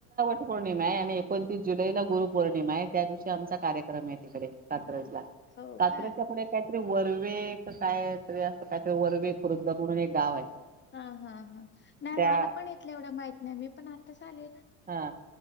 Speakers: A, on the right; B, on the left.
A: गुर पौर्णिमा आहे आणि एकोणतीस जुलैला गुरु पौर्णिमा आहे त्या दिवशी आमचा कार्यक्रम आहे. तिकडे कात्रज
B: हा.
A: ला
B: हो
A: कात्रज
B: का
A: काहीतरी वर्वे कायतरी असं काहीतरी वर्वे खुर्द म्हणून एक गाव आहे.
B: हा हा ह नाही
A: त्या
B: मला पण इथलं एवढं माहित नाही मी पण आताच आलेय ना.
A: हा